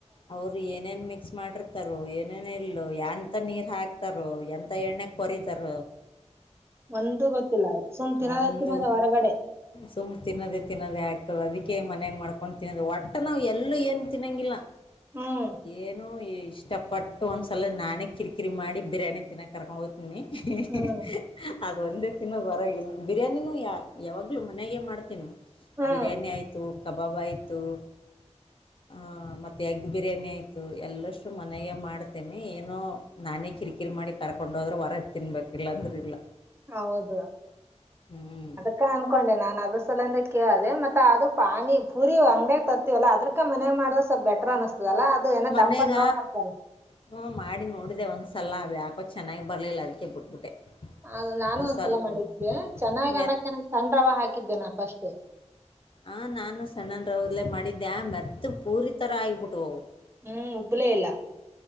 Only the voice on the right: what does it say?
ಒಂದು ಗೊತ್ತಿಲ್ಲ ಅದು ಸುಮ್ ತಿನ್ನದ
ತಿನ್ನದ್ ಹೊರಗಡೆ
ಹ್ಮ್
ಹ್ಮ್
ಹ್ಮ್
ಹೌದು
ಅದಕ್ಕ ಅನ್ಕೊಂಡೆ ನಾನ್ ಅದ ಸಲಂದ ಕೇಳದೆೆ ಮತ್ತ ಅದು ಪಾಣಿ ಪೂರಿ ಅಂಗಡಿಯಾಗ ತರ್ತಿವಲ್ಲ ಅದ್ರ ಅಕ್ಕ ಮನೆ ಮಾಡ್ರ ಸ್ವಲ್ ಬೆಟ್ರ ಅಿಸಸ್ತದಲ್ಲ ಅದು ಏನ
ದಪ್ಪ ಅಂದ್ರ ಹೋಗ ಆತಲ್ಲ
ಅ ನಾನು
ಒಂದ್ಸಲ
ಮಾಡಿದ್ದೆ ಚೆನ್ನಾಗ್
ಅನ್ನಕ್ಕೆ ನ ಸಣ್ ರವ ಹಾಕಿದ್ದೇನಾ ಫಸ್ಟ್
ಹ್ಮ್ ಹ ಒಬ್ಳೇ ಇಲ್ಲ